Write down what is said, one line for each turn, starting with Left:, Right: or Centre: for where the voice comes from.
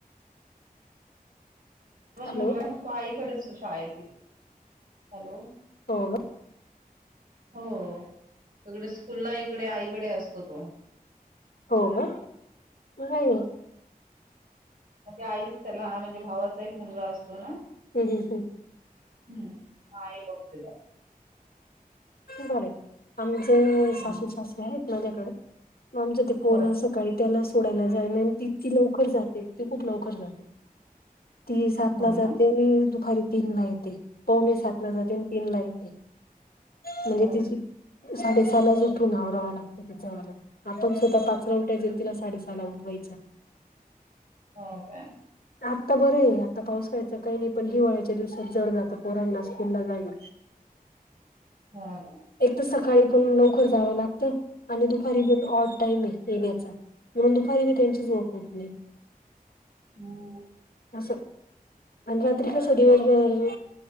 Right: ण
Left: हॅलो
Right: मुलगा मग तो आईकडेच शाळाय आहे तिथे,, हॅलो,,
Left: होग,
Right: ह हो,, तकडे स्कूलला इकडे आईकडे असतो तो.
Left: होग, <unintelligible>
Right: म्हणजे आईच त्याला, म्हणजे भावाचा एक मुलगा असतो ना-
Left: <unintelligible>
Right: हम्म. म आईं बघते त्याला.
Left: बरय. आमचे सासू
Right: हम्म.
Left: सासरे आहेत माझ्याकडे. आमचे ते पोर
Right: हो काय?
Left: सकाळी- त्याला सोडायला जाय,, ति ती लवकर जाते ती खूप लवकर जाते. ती सात
Right: हो
Left: ला
Right: ना.
Left: जाते आणि दुपारी तीनला येते. पवणे सात ला जाते आणि तीन ला येते. म्हणजे
Right: हो
Left: तिची,
Right: काय?
Left: साडे सहालाच उठून आवरावां लागतं तिच आमाला. आपण स्वतः पाचला उठायच न तिला साडे सहाला उठवायच.
Right: हो का?
Left: आत्ता बरं आहे. आता पावसाळ्याचं काही नाही. पण हिवाळ्याच्या दिवसात जड जातं पोरांना स्कूलला जायला.
Right: हा का?
Left: एक तर सकाळी पण लवकर जावं लागतं आणि दुपारी पण ऑड टाईम आहे येण्याचा. म्हणून दुपारी बी त्यांची झोप होत नाही.
Right: हम.
Left: असं. आणि रात्री कस
Right: तेच.
Left: दिवसभर-